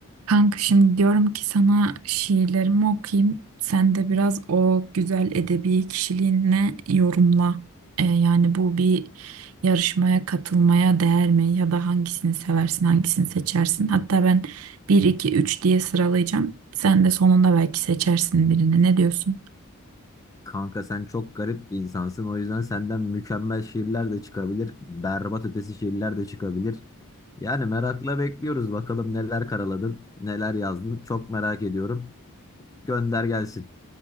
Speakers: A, on the right; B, on the left.
A: Kanka şimdi diyorum ki sana şiirlerimi okuyayım. Sen de biraz o güzel edebi kişiliğinle yorumla. Ee, yani bu bir yarışmaya katılmaya değer mi? Ya da hangisini seversin, hangisini seçersin? Hatta ben bir 2 3 diye sıralayacağım. Sen de sonunda belki seçersin birini. Ne diyorsun?
B: Kanka sen çok garip bir insansın. O yüzden senden mükemmel şiirler de çıkabilir. Berbat ötesi şiirler de çıkabilir. Yani merakla bekliyoruz. Bakalım neler karaladın, neler yazdın. Çok merak ediyorum. Gönder gelsin.